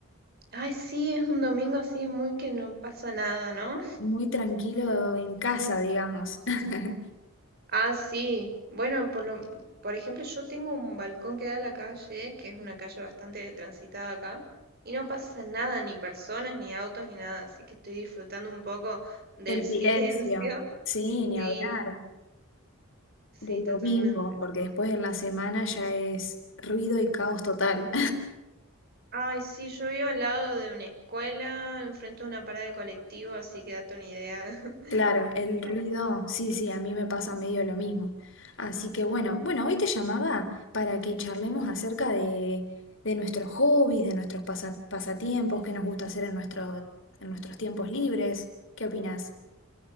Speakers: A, on the right; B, on the left.
A: Ay, sí, es un domingo así muy que no pasa nada, ¿no?
B: muy tranquilo en casa, digamos. <laughs>
A: Ah, sí. Bueno, por lo, por ejemplo, yo tengo un balcón que da a la calle, que es una calle bastante transitada acá, y no pasa nada, ni personas, ni autos, ni nada, así que estoy disfrutando un poco del
B: El
A: silencio.
B: silencio,
A: <laughs>
B: sí, ni
A: Sí,
B: hablar
A: sí,
B: del
A: totalmente.
B: domingo, porque después de la semana ya es ruido y caos total.
A: Ay, sí, yo vivo al lado de una escuela, enfrente de una parada de colectivo, así que date una idea.
B: Claro, el
A: <laughs>
B: ruido, sí, sí, a mí me pasa medio lo mismo. Así que bueno, bueno, hoy te llamaba para que charlemos acerca de, de nuestros hobbies, de nuestros pasa- pasatiempos, qué nos gusta hacer en nuestro, en nuestros tiempos libres. ¿Qué opinás?